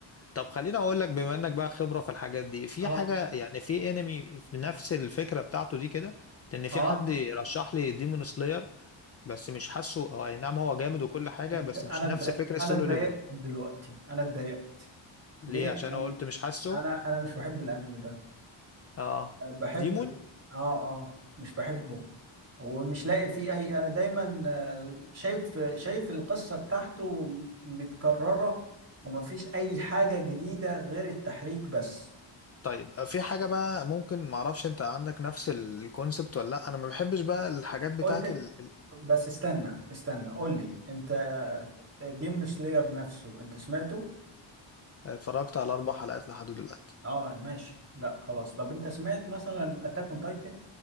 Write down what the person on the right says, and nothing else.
اه
اه
انت
انا
اتض-
انا اتضايقت
دلوقتي انا اتضايقت
ليه
انا
انا انا مش بحب الانمي ده
بحب
اه اه مش بحبه ومش لاقي فيه اي انا دايما آه، شايف شايف القصة بتاعته متكررة وما فيش اي حاجة جديدة غير التحريك بس
قلت
بس استنى استنى قول لي انت ديمون سلاير نفسه انت سمعته
اه ماشي لا خلاص طب انت سمعت مثلا اتاك اون تايتن